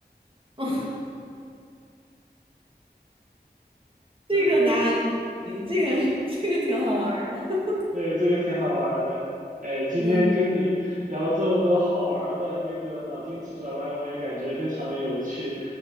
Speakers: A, on the right; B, on the right.
A: <laughs> 哦，
B: 对，
A: 这个答案可以这个 <laughs> 这个挺好玩儿的。<laughs>
B: 对，这个挺好玩儿的。哎，今天跟你聊了这么多好玩儿的那个脑筋急转弯，
A: 嗯，
B: 我也感觉非常的有趣。